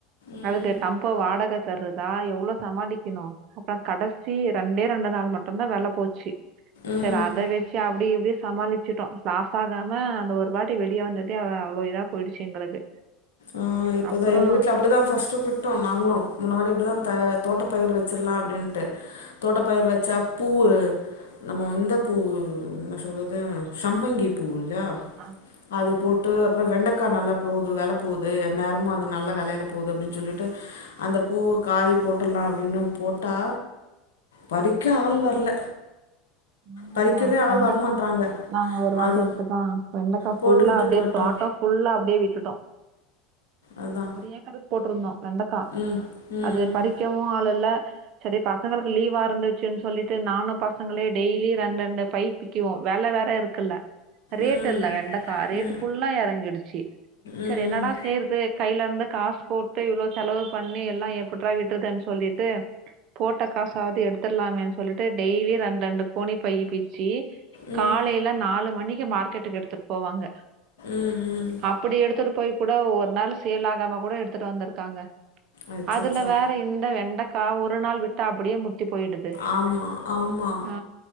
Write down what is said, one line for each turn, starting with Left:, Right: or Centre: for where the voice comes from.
Left: ம்
Right: அதுக்கு தம்ப வாடகக் தர்றதா எவ்வளோ சமாளிக்கணும் அப்புறோ கடைசி ரெண்டு ரெண்டேரெண்டு நாள் மட்டும்தா வெல போச்சு
Left: ம்
Right: செரி அதை வச்சு அப்டி இப்டி சமாளிச்சுட்டோ லாஸ் ஆகாம அந்த ஒரு வாட்டி வெளியே வந்ததே அவ்ளோ இதா போயிடுச்சு எங்களுக்கு
Left: ஆஹ் இப்போதான்
Right: அப்புறோ
Left: எங்க வீட்டுல அப்டிதா ஃபர்ஸ்ட் விட்டோ நாங்களு முன்னாிரி அப்டிதா த தோட்டப்பயிர் வச்சிடலா அப்டின்ட்டு தோட்டப்பயிரு வச்சா பூவு நம்ம இந்த பூவு என்ன சொல்றது சம்பங்கி பூவு ஹ
Right: ஆ
Left: அது போட்டு அப்புறோ வெண்டக்காய்நல்லா போகுது வெல போகுது எந நேரமு அது நல்ல வெலயில போகுது அப்டின்னு சொல்லிட்டு அந்த பூ காய் போட்டுடலாம் அப்டின்னு போட்டா பரிக்க ஆள் வரல
Right: ஆமாப்பா
Left: பறிக்கவே
Right: வெண்டைக்கா
Left: ஆள் வரமாட்றாங்க
Right: நாங்க ஒரு வாட்டி
Left: அது
Right: அப்படித்தா வெண்டக்கா ஃபுல்லா
Left: போட்டு விட்டுட்டு
Right: அப்டியே
Left: வட்டோ
Right: தோட்டம் ஃபுல்லா அப்டியே விட்டுட்டோ
Left: அதா
Right: ஒரு ஏக்கர்க் போட்டுருந்தோ வெண்டக்கா
Left: ம் ம்
Right: அது பறிக்கவு ஆளு இல்ல செரி பசங்களுக்கு லீவா இருந்துச்சுன்னு சொல்லிட்டு நானு பசங்களே டெய்லி ரெண்டு ரெண்டு பை பிக்கிவோ வெல வேற இருக்குல்ல ரேட்டு்
Left: ம்
Right: இல்ல வெண்டைக்கா ரேட்டு்
Left: ம் ம்
Right: ஃபுல்லா இறங்கிடுச்சு செரி
Left: ம்
Right: என்னடா செய்யறது கையில இருந்து காசு போட்டு இவ்வளோ செலவு பண்ணி எல்லா எப்ரடா விட்டுறதுேன்னு சொல்லிட்டு போட்ட காசாவது எடுத்தரலாமேன்னு சொல்லிட்டு டெய்லி ரெண்டு ரெண்டு கோணி பயி பிச்சி
Left: ம்
Right: காலையில
Left: ம்
Right: நாலு மணிக்கு மார்க்கெட்டுக்கு எடுத்து போவாங்க
Left: ம்
Right: அப்பிடி எடுத்துட்டு போய் கூட ஒவ்வொரு நாளு சேல் ஆகாம கூட எடுத்துட்டு வந்திருக்காங்க
Left: அச்சச்சோ
Right: அதுல வேற இந்த வெண்டக்கா ஒரு நாள் விட்டா அப்டியே முத்தி போயிடுது
Left: ஆமா ஆமா
Right: ஆ